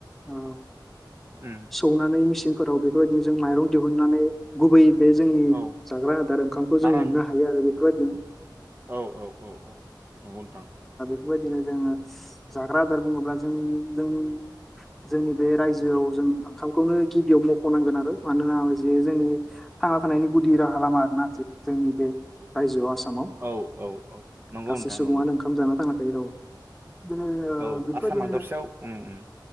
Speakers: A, in the centre; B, on the right.
A: ओ
B: उम
A: सौनानै मेचिनफोराव बेफोरबायदिनो जों माइरं दिहुननानै गुबै बे जोंनि
B: औ
A: जाग्रा आदार ओंखामखौ
B: मारान
A: जों मोननो हायो आरो बेफोरबायदिनो
B: औ औ औ औ नंगौ नोंथां ।
A: बेबायदिनो जोङो जाग्रा आदार बुङोब्ला जों जों जोंनि बे रायजोआव जों ओंखामखौनो गिबियाव मख'नांगोन आरो मानोना जे जोंनि थांना थानायनि गुदि राहा लामा आरोना जोंनि बे रायजोआव आसाम आसामाव
B: औ औ औ नंगौ
A: गासै
B: नोंथां
A: सुबुङानो
B: नंगौ
A: ओंखाम जाना थांनााखै औ बिदिनो
B: औ
A: बिफोर
B: आसाम
A: बादिनो
B: हादरसायाव उम उम